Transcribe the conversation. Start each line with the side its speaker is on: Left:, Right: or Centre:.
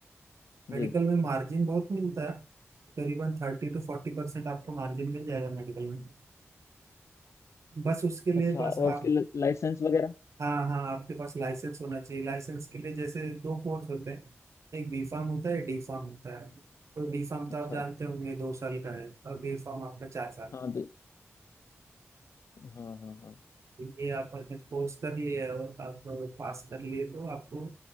Left: जी
Right: मेडिकल में मार्जिन बहुत मिलता है करीबन थर्टी टू फोर्टी परसेंट आपको मार्जिन मिल जाएगा मेडिकल में बस उसके लिए
Left: अच्छा
Right: बस
Left: और
Right: आप
Left: उसके लाइसेंस वगैरह
Right: हाँ हाँ आपके पास लाइसेंस होना चाहिए लाइसेंस के लिए जैसे दो कोर्स होते हैं एक बी फार्म होता है डी फार्म होता है तो डी फार्म तो
Left: अच्छा
Right: आप जानते होंगे दो साल का है और बी फार्म आपका चार साल
Left: हाँ भी हाँ हाँ हाँ
Right: ये आप अगर कोर्स कर लिए और आप पास कर लिए तो आपको